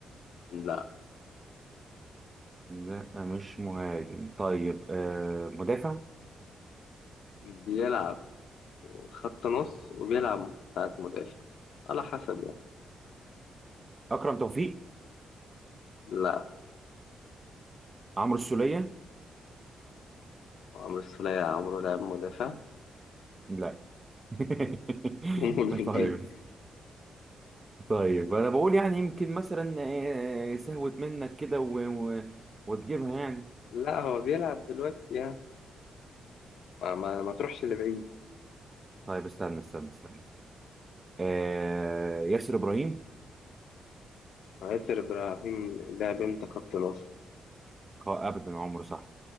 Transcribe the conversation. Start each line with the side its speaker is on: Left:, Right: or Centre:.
Left: لا
Right: لا مش مهاجم طيب آه، مدافع
Left: بيلعب خط نص وبيلعب ساعة مدافع على حسب يعني
Right: اكرم توفيق
Left: لا
Right: عمرو السوليه
Left: عمرو السولية عمره لعب مدافع
Right: لا <laughs>
Left: <laughs>
Right: طيب طيب انا بقول يعني يمكن مثلا آه، آه، سهوت منك كده و... و... وتجيبها يعني
Left: لا هو بيلعب دلوقتي يعني ما, ما, ما تروحش لبعيد
Right: طيب استنى استنى استنى آه ياسر ابراهيم
Left: ياسر إبراهيم ده بنت خط نص
Right: اه ابدا عمره صح